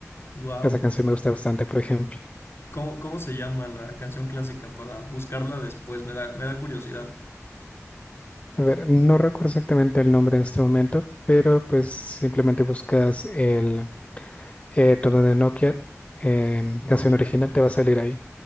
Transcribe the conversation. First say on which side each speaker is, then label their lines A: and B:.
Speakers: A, on the left; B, on the left.
A: Wow.
B: Esa canción me gusta bastante, por ejemplo.
A: ¿Cómo, cómo se llama la canción clásica para buscarla después? Me da, me da curiosidad.
B: A ver, no recuerdo exactamente el nombre en este momento, pero pues simplemente buscas el eh, tono de Nokia, em,
A: Nokia,
B: canción
A: quiero.
B: original, te va a salir ahí.